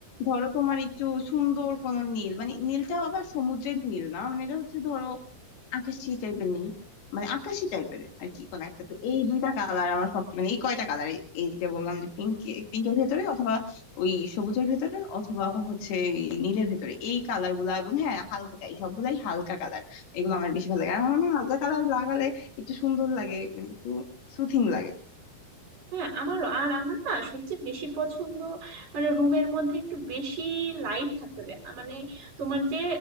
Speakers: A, on the left; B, on the right.
A: ধরো তোমার একটু সুন্দর কোন নীল মানে নীলটা আবার সমুদ্রের নীল না মানে এটা হচ্ছে ধরো আকাশি টাইপের নীল মানে আকাশি টাইপের আর কি কোন একটা তো এই দুইটা কালার আমার সবচেয়ে মানে এই কয়টা কালার এই যে বললাম যে পিঙ্ক পিঙ্কের ভেতরে অথবা ওই সবুজের ভেতরে অথবা হচ্ছে এই নীলের ভেতরে এই কালার গুলা এবং হ্যাঁ হালকা এই সবগুলাই হালকা কালার এগুলো আমার বেশি ভালো লাগে আর আমার মনে হয় হালকা কালার লাগালে একটু সুন্দর লাগে মানে একটু সুথিং লাগে
B: হ্যাঁ আমারও আর আমার না সবচেয়ে বেশি পছন্দ মানে রুমের মধ্যে একটু বেশি লাইট থাকতে হবে আ, মানে তোমার যে